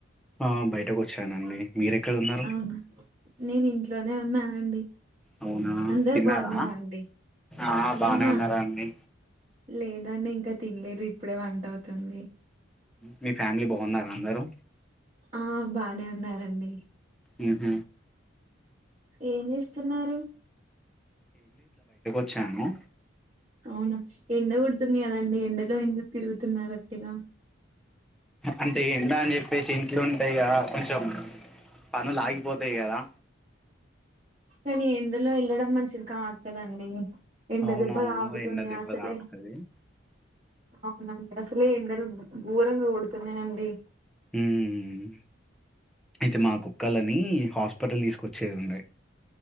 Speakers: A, in the centre; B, on the right.
A: ఆ బయటకు వచ్చానండి మీరెక్కడ ఉన్నారు
B: అవునా నేను ఇంట్లోనే ఉన్నాను అండి
A: అవునా
B: అందరు
A: తిన్నారా
B: బాగున్నారా అండి
A: ఆ బానే
B: ఆహా
A: ఉన్నారా అండి
B: లేదంని ఇంకా తినలేదు ఇప్పుడే వంట అవుతుంది
A: మీ ఫ్యామిలీ బాగున్నారు అందరూ
B: ఆ బానే ఉన్నారండి
A: హహ
B: ఏం చేస్తున్నారు
A: చ్చము
B: అవును ఎండ కుడుతుంది కదండి ఎండలో ఎందుకు తిరుగుతున్న ప్రతిగా
A: అంతే ఏ న చెప్ప ప్పేసి ఇంట్లో ఉంటాయి కదా కొంచెం పనులు ఆగిపోతాయి కదా
B: కానీ ఎందులో వెళ్ళడం మంచిది కావదు కదండి ఎండ
A: అవునవును
B: దెబ్బ తాకుతుంది
A: ఎండ దెబ్బ
B: అసలే
A: తాకుతది
B: అవునండి అసలే ఎండలు గూరంగా కొడుతున్నాయండి
A: మ్మ్. అయితే మా కుక్కలని హాస్పిటల్ తీసుకొచ్చేదిండే